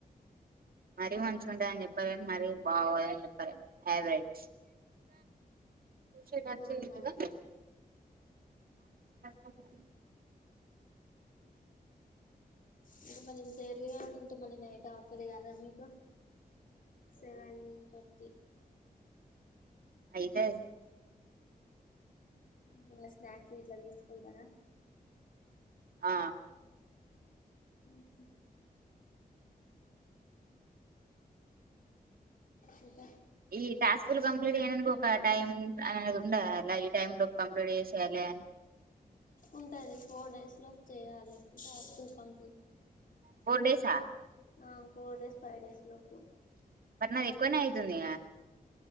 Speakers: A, on the right; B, on the left.
A: మరీ మంచిగా ఉంటదాని చెప్పాలేన్ మరీ బాగుని చెప్ప యావరేజ్ చూషె గడ్జయి
B: అవునా
A: గదా మంచి ప్రశ్ననే అడిగిళ్లు
B: ఇపుడు మళ్ళీ ఇంత ఎర్లీగ తింటె, మళ్ళీ నైట్ ఆకలి గాద మీకు? సెవెన్ థర్టీ
A: అయితాయితి
B: ఏమన్న స్నాక్స్ గిట్ల తీస్కుంటర?
A: ఆ
B: ఉ హు ఇంక
A: ఈ టాస్కులు కంప్లీట్ గైనంకొక. టైమ్ అనేది ఉండద? అలా ఈ టైం లోపు కంప్లీట్ చేసేయాలే అని?
B: ఉంటది. ఫోర్ డేస్ లోపు చెయ్యాలి ఇంక ఇన్కమ్
A: ఫోర్డేసా?
B: ఆ. ఫోర్ డేస్, ఫైవ్ డేస్ లోపు.
A: నాద్ ఎక్కువనే ఐతుంది గ